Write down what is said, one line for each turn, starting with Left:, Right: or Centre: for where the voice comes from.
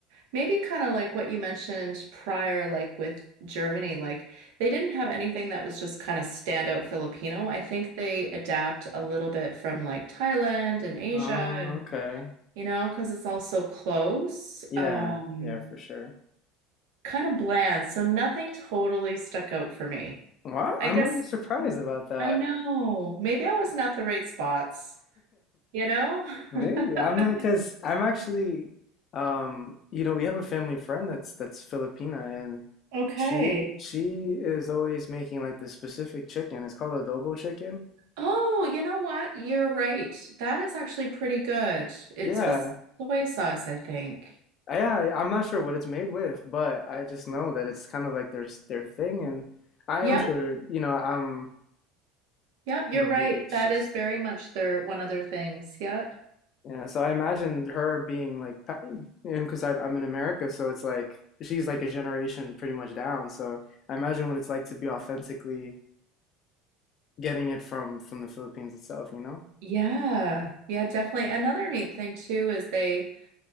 Right: maybe kind of like what you mentioned prior, like with Germany, like they didn't have anything that was just kind of standout Filipino. I think they adapt a little bit from like Thailand and Asia
Left: Oh,
Right: and
Left: okay.
Right: you know, because it's all so close.
Left: Yeah.
Right: Um
Left: Yeah, for sure.
Right: kind of bland, so nothing totally stuck out for me.
Left: Wow, I'm
Right: I guess
Left: really surprised
Right: mm,
Left: about that.
Right: I know. Maybe I wasn't at the right spots, you know?
Left: <laughs> Maybe.
Right: <laughs>
Left: I'm not because 'cause I'm actually um, you know, we have a family friend that's that's Filipina and
Right: Okay.
Left: she she is always making like this specific chicken. It's called adobo chicken.
Right: Oh, you know what? You're right. That is actually pretty good. It's
Left: Yeah.
Right: with soy sauce, I think.
Left: Yeah, yeah, I'm not sure what it's made with, but I just know that it's kind of like their their thing, and I
Right: Yep.
Left: am sure, you know, I'm,
Right: Yep, you're
Left: you know,
Right: right.
Left: maybe it's
Right: That
Left: just,
Right: is very much their one of their things. Yeah.
Left: yeah. So I imagine her being like, pa- you know, because I'm I'm in America, so it's like she's like a generation pretty much down. So I imagine what it's like to be authentically getting it from from the Philippines itself, you know?
Right: Yeah. Yeah, definitely. Another neat thing too is they